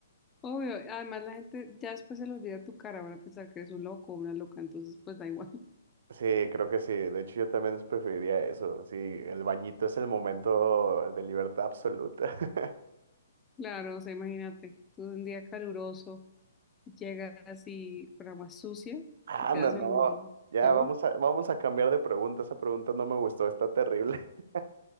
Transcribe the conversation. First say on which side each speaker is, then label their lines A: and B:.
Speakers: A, on the left; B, on the right.
A: obvio. Además la gente ya después se le olvida tu cara, van a pensar que eres un loco o una loca, entonces pues da igual. <laughs>
B: Sí, creo que sí. De hecho, yo también preferiría eso. Sí, el bañito es el momento de libertad absoluta. <laughs>
A: Claro, o sea, imagínate, tú un día caluroso llegas y con agua sucia
B: Ah,
A: y quedas
B: no, no.
A: oliendo
B: Ya
A: peor,
B: vamos a, vamos a cambiar de pregunta. Esa pregunta no me gustó, está terrible. <laughs>